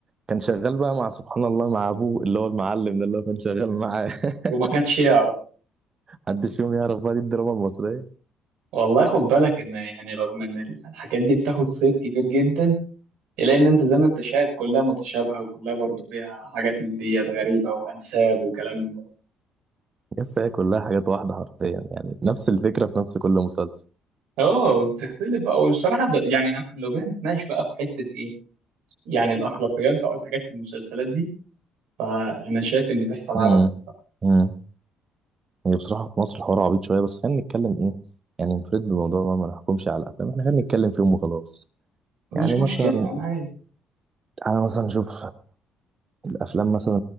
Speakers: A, on the right; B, on the right.
A: كان شغال بقى مع سبحان الله مع ابوه اللي هو المعلم ده اللي هو كان شغال معاه <laughs>
B: وما كانش يعرف
A: محدش فيهم يعرف بقى دي الدراما المصرية
B: والله خد بالك ان يعني رغم ان الحاجات دي بتاخد صيت كبير جدا الا ان انت زي ما انت شايف كلها متشابهه وكلها برضو فيها حاجات من ديت غريبه وانساب وكلام من ده
A: يس هي كلها حاجات واحدة حرفيا يعني نفس الفكرة في نفس كل مسلسل
B: اه بتختلف بقى والصراحه ب- يعني احنا لو جينا نتناقش بقى في حته ايه يعني الاخلاقيات بقى والحاجات في المسلسلات دي فانا شايف ان بيحصل عبث
A: امم
B: بصراحة.
A: امم هي بصراحة في مصر الحوار عبيط شوية بس خلينا نتكلم ايه يعني نفرد بالموضوع بقى ما نحكمش على الأفلام احنا خلينا نتكلم فيهم وخلاص
B: مش
A: يعني
B: مشكله
A: مثلا
B: انا عادي
A: أنا مثلا أشوف الأفلام مثلا